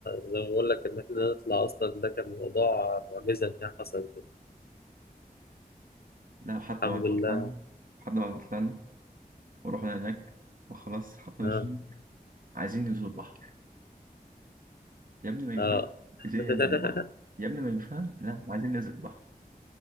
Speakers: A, on the left; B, on the right.
A: زي ما بقول لك إن إحنا نطلع أصلا ده كان موضوع معجزة إن هي حصلت
B: لا حتى
A: الحمد
B: بعد
A: لله
B: ما طلعنا حتى بعد ما طلعنا ورحنا هناك وخلاص حطينا
A: آه
B: الشنط عايزين ننزل البحر يا ابني ما ينفعش
A: آه
B: عايزين
A: <laughs>
B: ننزل البحر يا ابني ما ينفعش لا عايزين ننزل البحر